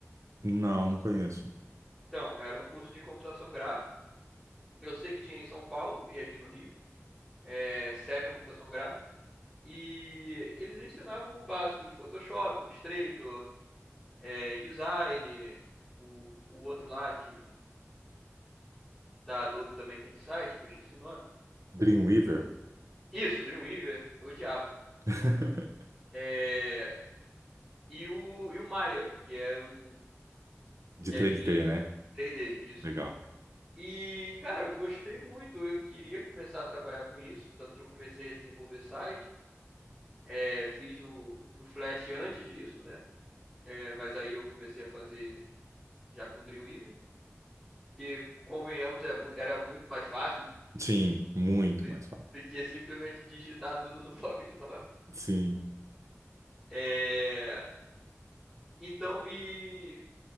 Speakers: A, on the right; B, in the centre.
A: Não, não conheço.
B: Então, era um curso de computação gráfica. Eu sei que tinha em São Paulo e aqui no Rio. É, Seven Computação Gráfica. E eles ensinavam o básico de Photoshop, Illustrator, é, InDesign, o, o outro lá que, da Adobe também, que é de site, que eu esqueci o nome.
A: Dreamweaver?
B: Isso, Dreamweaver, eu odiava.
A: <laughs>
B: É, e o, e o Maya, que é um.
A: De
B: que
A: três
B: é de
A: d né?
B: 3D, isso.
A: Legal.
B: E, cara, eu gostei muito, eu queria começar a trabalhar com isso, tanto que eu comecei a desenvolver site. É, fiz no, no Flash antes disso, né? É, mas aí eu comecei a fazer já com Dreamweaver, que, convenhamos, é mu- era muito mais fácil
A: Sim, muito
B: do
A: mais fácil.
B: do que simplesmente digitar tudo no <laughs> bloco de notas.
A: Sim,
B: É, então, e